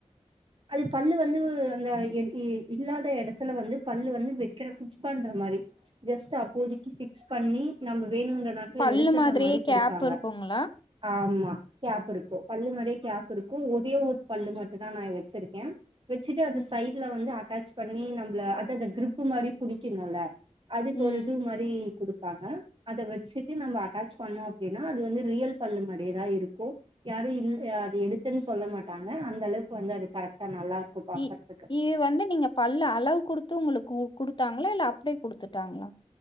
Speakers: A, on the right; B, on the left.
A: அது பல்லு வந்து அந்த இல்லாத இடத்துல வந்து பல்லு வந்து வைக்கிற ஃபிக்ஸ் பண்ற மாரி ஜஸ்ட் அப்போதைக்கு பிக்ஸ் பண்ணி நம்ம வேணுன்ற நேரத்துல
B: பல்லு
A: எடுத்துற
B: மாதிரியே
A: மாரி
B: கேப்
A: குடுப்பாங்க
B: இருக்குங்களா
A: ஆமா கேப் இருக்கும் பல்லு மாரியே கேப் இருக்கும் ஒரே ஒரு பல்லு மட்டும் தா நா வச் சிருக்க வச்சுட்டு அந்த
B: ம்
A: சைட்ல வந்து அட்டச் பண்ணி நம்மள அத அந்த கிரிப் மாரி புடிக்கணுல அதுக்கு
B: ம்
A: ஒரு இது மாரி குடுப்பாங்க அத வச்சுட்டு நம்ம அட்டச் பண்ணோ அப்படின்னா அது வந்து ரியல் பல்லு மாரியே தா இருக்கும் யாரு இல் அது இருக்குன் சொல்ல மாட்டாங்க அந்த அளவுக்கு வந்து அது கரெக்டா நல்லா இருக்கும் பாக்கறதுக்கு.
B: இ இது வந்து நீங்க பல்லு அளவு குடுத்து உங்களுக்கு குடுத்தாங்களா இல்ல அப்படியே குடுத்துட்டாங்களா